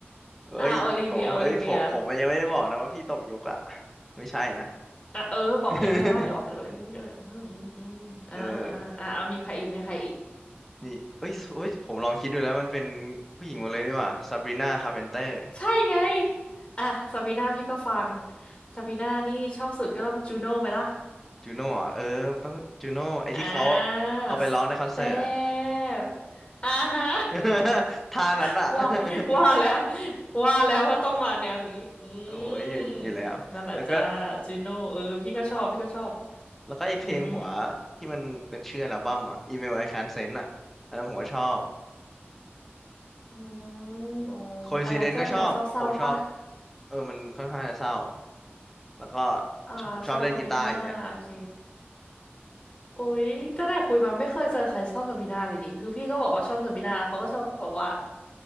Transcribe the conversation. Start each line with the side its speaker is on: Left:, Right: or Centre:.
Centre: เฮ้ยผมเฮ้ยผมผมยังไม่ได้บอกนะว่าพี่ตกยุคอะ
Left: อ่าโอลิเวียโอลิเวีย
Centre: ไม่ใช่นะ
Left: อ่ะเออ บอกเองก็ได้บอกเออืมอืมอืมอ่าอ่าอ่าเอามีใครอีกมีใครอีก
Centre: <laughs> เออมีเอ้ยเอ้ยผมลองคิดดูแล้วมันเป็นผู้หญิงหมดเลยดีกว่าซาบรีนาคาร์เพนเตอร์
Left: ใช่ไง อ่ะซาบีน่าพี่ก็ฟังซาบีน่านี่ชอบสุดก็ต้องจูโน่ไหมล่ะ
Centre: จูโน่อะเออต้องจูโน่ไอ้ที่เขา
Left: อ่า
Centre: เอาไปร้องในคอนเสิร์ตอะ
Left: แซ่บอ่าฮะ
Centre: <laughs> ท่านั้นอะ
Left: <laughs> ว่าว่าแล้ว
Centre: <laughs>
Left: ว่าแล้วว่าต้องมาแนวนี้อื
Centre: โอ้ยเห็นอยู่แล้ว
Left: มนั่นแหละจ้าจูโน่เออพี่ก็ชอบพี่ก็ชอบ
Centre: แล้วก็ แล้วก็ไอเพลงหัว
Left: อืม
Centre: ที่มันเป็นชื่ออัลบั้มอ่ะ Email I Can't Send อ่ะ อันนั้นผมก็ชอบ
Left: อืมโอ้
Centre: Coincidence
Left: อันนั้นก็แนวเศร้าๆปะ
Centre: ก็ชอบ ผมชอบเออมันค่อนข้างจะเศร้า แล้วก็
Left: อ่าชอบซาบีนาโอเค
Centre: ชอบผมชอบเล่นกีตาร์อย่างเงี้ย
Left: โอ้ยตั้งแต่คุยมาไม่เคยเจอใครชอบซาบีนาเลยดิคือพี่ก็บอกว่าชอบซาบีนาแล้วเขาก็ชอบบอกว่า